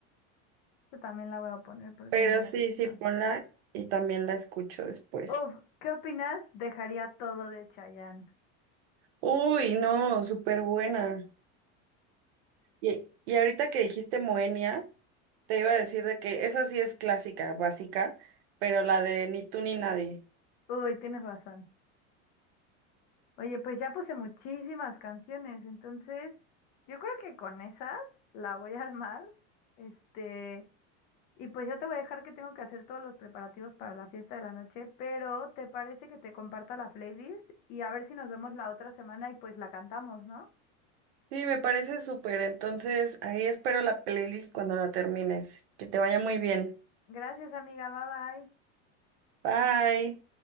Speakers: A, on the left; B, on the right.
A: Yo también la voy a poner porque
B: Pero
A: me gusta.
B: sí, sí, ponla y también la escucho después.
A: Uf, ¿qué opinas? Dejaría todo de Chayanne.
B: Uy, no, súper buena. Y, y ahorita que dijiste Moenia, te iba a decir de que esa sí es clásica, básica, pero la de Ni tú ni nadie.
A: Uy, tienes razón. Oye, pues ya puse muchísimas canciones, entonces yo creo que con esas la voy a <laughs> armar. Este, y pues ya te voy a dejar que tengo que hacer todos los preparativos para la fiesta de la noche, pero ¿te parece que te comparta la playlist? Y a ver si nos vemos la otra semana y pues la cantamos, ¿no?
B: Sí, me parece súper. Entonces, ahí espero la playlist cuando la termines. Que te vaya muy bien.
A: Gracias, amiga. Bye bye.
B: Bye.